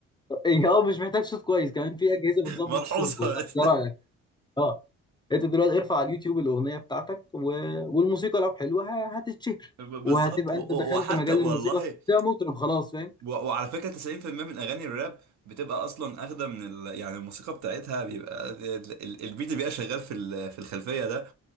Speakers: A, on the left; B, on the right.
A: <laughs> إيه، اه مش محتاج صوت كويس كمان في اجهزه بتظبط
B: <laughs> ملحوظه
A: الصوت ولا
B: بس.
A: إيه رايك اه انت دلوقتي ارفع على اليوتيوب الاغنيه بتاعتك و... والموسيقى لو حلوه ه- هتتشهر
B: ب- بالظبط
A: وهتبقى
B: و-
A: انت
B: و-
A: دخلت
B: وحتى
A: مجال
B: والله
A: الموسيقى ده مطرب خلاص فاهم
B: و- وعلى فكرة 90% من أغاني الراب بتبقى أصلا أخدة من ال... يعني الموسيقى بتاعتها بيبقى ال- ال- البيت اللي بيبقى شغال في ال- في الخلفية ده